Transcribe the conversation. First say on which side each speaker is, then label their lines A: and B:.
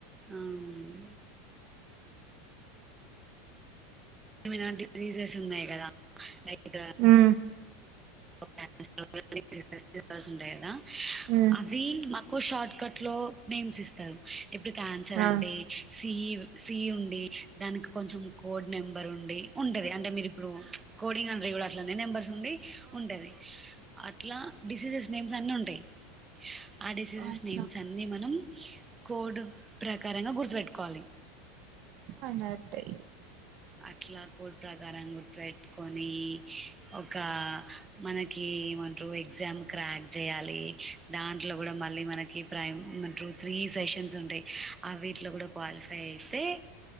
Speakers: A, on the right; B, on the right.
A: అవును మీద డిసీజెస్ ఉన్నాయి కదా లైక్ ఇద
B: ఉమ్
A: ఆ అదే రీల్స్ ఉంటాయి కదా
B: ఉమ్
A: అవి మ క్ షార్ట్ కట్ లో నేమ్స్ ఇస్తారు ఇప్పుడు క్యాన్సర్ అండి
B: ఆ
A: సి సీ ఉండి దానికి కొంచెం కోడ్ నెంబర్ ఉండి ఉంటది గాన్ మీరిప్పుడు కోడింగ్ అండ్ <unintelligible> నంబర్స్ ఉండి ఉంటది అట్లా డిసీజెస్ నేమ్స్ అన్ని ఉంటయి. ఆ డిసీజెస్
B: అచ్చా
A: నేమ్స్ అన్ని మనం కోడ్ ప్రకారంగా గుర్తుపెట్టుకోవాలి.
B: అనాతే
A: అట్లా కోడ్ ప్రకారం గుర్తుపెట్టుకొని ఒక మనకి ఏమంట్రో ఎగ్జామ్స్ రాయినికి చేయాలి దాంట్లో కూడా మళ్ళీ మనకి ప్రైమ్ టూ త్రీ సెషన్స్ ఉంటాయి. అ వీటిలో కూడా క్వాలిఫై అయితే